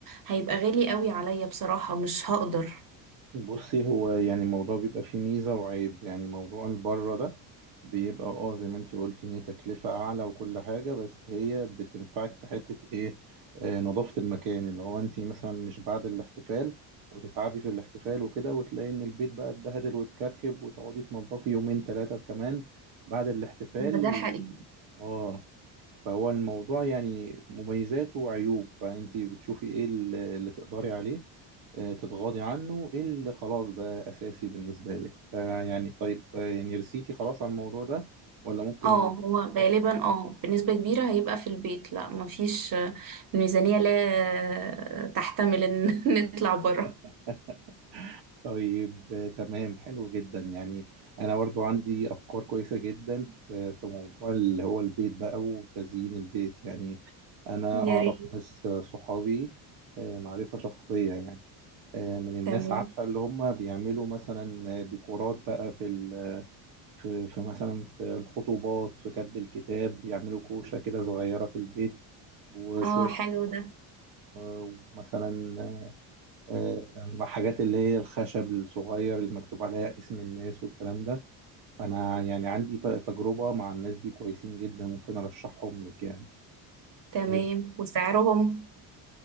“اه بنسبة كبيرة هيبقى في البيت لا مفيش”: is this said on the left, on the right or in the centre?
Right